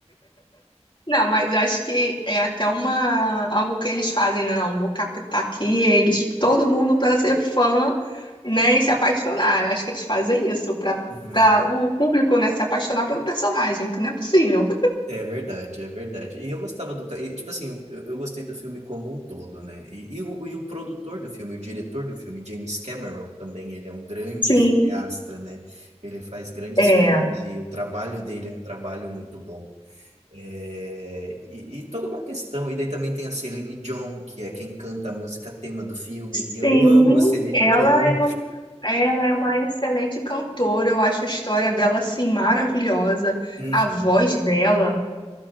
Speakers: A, on the left; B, on the right.
A: Não, mas eu acho que é até uma algo que eles fazem, né? Não, vou captar aqui eles, todo mundo para ser fã, né, e se apaixonar. Eu acho que eles fazem isso para
B: Uhum.
A: para o público, né, se apaixonar pelo personagem, que não é possível.
B: É verdade, é verdade. E eu gostava do. ca- e, Tipo assim, eu, eu gostei do filme como um todo, né? E, e o, e o produtor do filme, o diretor do filme, James Cameron, também, ele é um grande
A: Sim,
B: cineasta, né? Ele faz grandes
A: é.
B: filmes e o trabalho dele é um trabalho muito bom. É, e, e toda uma questão. E daí também tem a Celine Dion, que é quem canta a música tema do filme.
A: Sim,
B: E eu amo a Celine
A: ela
B: Dion.
A: é, um- ela é uma excelente cantora, eu acho a história dela assim maravilhosa,
B: Uhum,
A: a voz dela